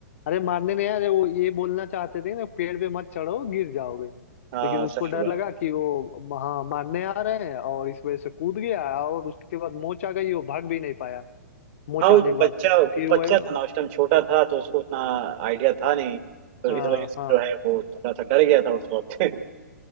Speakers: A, on the left; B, on the right.
A: अरे मारने नहीं आ रहे वो ये बोलना चाहते थे ना पेड़ पे मत चढ़ो गिर जाओगे
B: हाँ
A: लेकिन उसको
B: सही
A: डर
B: हुआ
A: लगा कि वो हाँ मारने आ रहे हैं और इस वजह से कूद गया और उसके बाद मोच आ गई वो भाग भी नहीं पाया मोच
B: हाँ वो
A: आने के बाद
B: बच्चा
A: से फिर वही
B: बच्चा था ना उस टाइम छोटा था तो उसको उतना आइडिया था नहीं तो
A: हाँ
B: इस वजह से
A: हाँ
B: जो है वो थोड़ा सा डर गया था उस वक्त